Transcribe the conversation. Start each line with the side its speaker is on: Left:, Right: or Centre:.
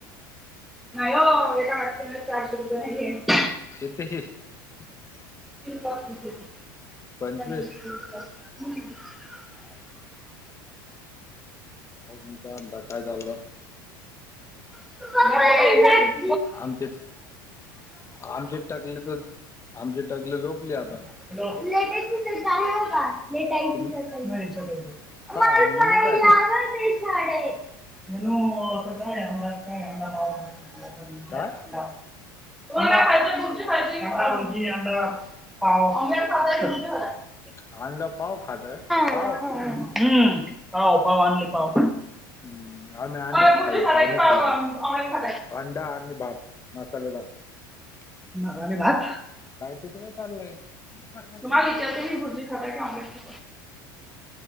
Centre: हो
Left: <inaudible>
Centre: चारश रुपया नाही.
Left: कथही <inaudible>
Centre: <inaudible>
Left: पंचवीस अघून काय अता काय चाललं <inaudible>
Centre: ह <inaudible>
Left: आमचे आमची टकले तर आमची टकली झोपली आता
Centre: टेस्ट हो
Left: तुम
Centre: <inaudible>
Left: काय आज मेनू
Centre: ेटाय
Left: काय
Centre: <inaudible> म <inaudible>
Left: काय
Centre: अ <inaudible> पाव <inaudible>
Left: आांंद पाव खााताय
Centre: ग
Left: पाव <inaudible>
Centre: हम्म पाव पाव आणले पाव
Left: हम्म. ह
Centre: अरे
Left: म अंच खाल्ले
Centre: भुर्जी खाताय
Left: पावने
Centre: की पाव
Left: खाल्
Centre: ऑमलेट खाताय
Left: अंडा भात, <inaudible> मसाले भात
Centre: मानी भात <inaudible>
Left: कसं काय चाललंय? दुपारपासून
Centre: तुम्हाला इत ही भुर्जी खाता कि